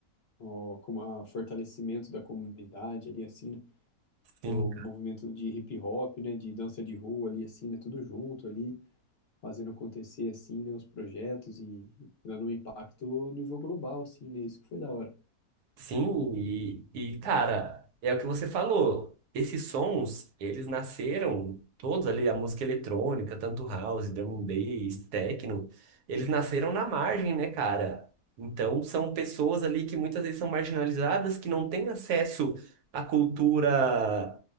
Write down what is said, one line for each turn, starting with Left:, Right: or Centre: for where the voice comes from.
Left: ao, como a fortalecimento da comunidade ali assim, né,
Right: Sim.
Left: que é o movimento de hip hop, né, de dança de rua ali assim, né, tudo junto ali, fazendo acontecer assim, né, os projetos e dando um impacto a nível global assim, né, isso que foi da hora.
Right: Sim, e, e cara, é o que você falou. Esses sons, eles nasceram todos ali, a música eletrônica, tanto house, drum and bass, techno, eles nasceram na margem, né, cara? Então, são pessoas ali que muitas vezes são marginalizadas, que não têm acesso à cultura